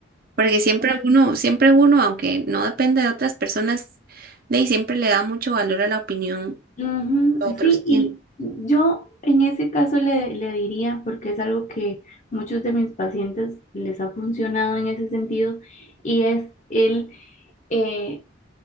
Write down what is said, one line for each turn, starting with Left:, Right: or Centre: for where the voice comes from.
Right: porque siempre uno, siempre uno, aunque no depende de otras personas, de ahí siempre le da mucho valor a la opinión
Left: Ujú,
Right: que otros
Left: Sí,
Right: tienen.
Left: y yo en ese caso le, le diría, porque es algo que muchos de mis pacientes les ha funcionado en ese sentido, y es el, eh,